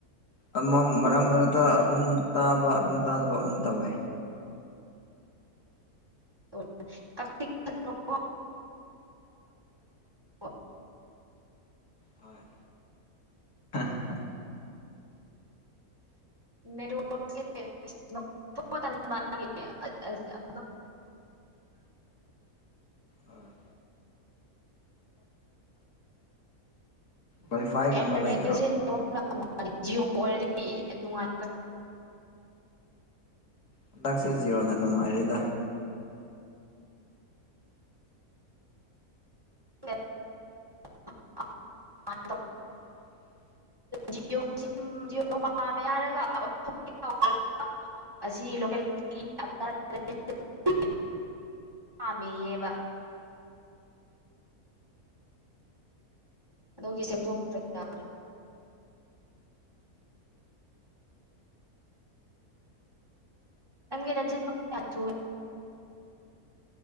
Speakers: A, on the left (about 85°); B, on the right (about 20°).
A: ꯑꯃꯝ ꯃꯔꯛ ꯃꯔꯛꯇ ꯑꯗꯨꯝ ꯇꯥꯕ ꯑꯗꯨꯝ ꯇꯥꯗꯕ ꯑꯃꯨꯛ ꯇꯧꯋꯦ
B: ꯑꯣ ꯀꯥꯛꯇꯤ ꯀꯥꯛꯅꯨꯀꯣ <unintelligible>
A: ꯍꯣꯏ ꯑ
B: ꯅꯦꯠꯋꯥꯛ ꯁꯦ <unintelligible>
A: ꯎꯝ ꯋꯥꯏꯐꯥꯏꯒꯨꯝꯕ
B: ꯑꯦꯌꯥꯔꯇꯦꯜꯁꯦ
A: ꯂꯩꯇ꯭ꯔꯣ
B: ꯅꯦꯋꯥꯛ ꯌꯥꯝ ꯅꯨꯡꯉꯥꯏ ꯖꯤꯑꯣ ꯑꯣꯏꯔꯗꯤ ꯅꯨꯡꯉꯥꯏ
A: ꯍꯟꯗꯛꯁꯦ ꯖꯤꯌꯣꯅ ꯅꯨꯡꯉꯥꯏꯔꯤꯗ
B: ꯅꯦ <unintelligible>
A: <inaudible>
B: ꯖꯤꯑꯣ ꯁꯤꯝ ꯖꯤꯑꯣ ꯄꯥꯝꯃꯦ ꯍꯥꯏꯔꯒ ꯑꯣꯟꯊꯣꯛꯀꯦ ꯇꯧꯕ ꯑꯁꯤ ꯂꯣꯀꯦꯜꯒꯤ <unintelligible> ꯄꯥꯃꯦꯌꯦꯕ ꯑꯗꯨꯒꯤ ꯁꯦꯝꯗꯣꯛꯄ꯭ꯔꯦ ꯅ ꯅꯪꯒꯤ ꯅꯆꯤꯟ <unintelligible>